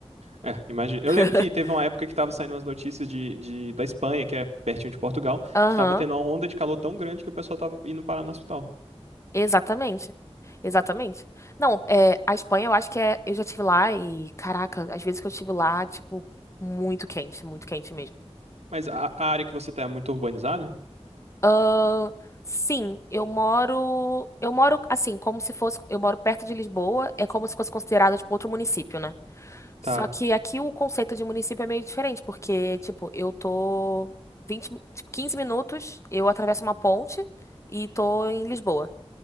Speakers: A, on the right; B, on the left.
A: É, imagina.
B: <laughs>
A: Eu lembro que teve uma época que tava saindo as notícias de, de- da Espanha, que é pertinho de Portugal,
B: Aham,
A: que tava tendo uma onda de calor tão grande que o pessoal tava indo parar no hospital.
B: exatamente. Exatamente. Não, é, a Espanha eu acho que é. Eu já estive lá e, caraca, às vezes que eu estive lá, tipo, muito quente, muito quente
A: Mas a, a área que você tá é muito urbanizada?
B: Ahn, sim, eu moro, eu moro assim, como se fosse, eu moro perto de Lisboa, é como se fosse considerado tipo outro município, né?
A: Tá.
B: Só que aqui o conceito de município é meio diferente, porque tipo, eu tô 20 tipo, 15 minutos, eu atravesso uma ponte e tô em Lisboa.